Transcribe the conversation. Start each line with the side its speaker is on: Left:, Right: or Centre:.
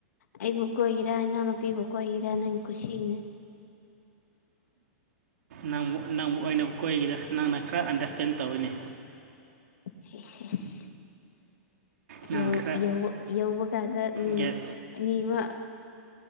Left: ꯑꯩꯕꯨ ꯀꯣꯏꯒꯦꯔꯥ ꯏꯅꯥꯎꯅꯨꯄꯤꯕꯨ ꯀꯣꯏꯒꯦꯔꯥ ꯅꯪ ꯀꯨꯁꯤꯅꯦ꯫
Right: ꯅꯪꯕꯨ ꯅꯪꯕꯨ ꯑꯣꯏꯅ ꯀꯣꯏꯒꯦꯗ ꯅꯪꯅ ꯈꯔ ꯑꯟꯗꯔꯁꯇꯦꯟ ꯇꯧꯋꯤꯅꯦ꯫
Left: ꯍꯦꯁ ꯍꯦꯁ
Right: ꯅꯪꯅ
Left: ꯌꯧ
Right: ꯈꯔ
Left: ꯌꯧ ꯌꯧꯕ ꯀꯥꯟꯗ ꯎꯝ
Right: ꯒ꯭ꯌꯥꯟ
Left: ꯑꯅꯤꯃꯛ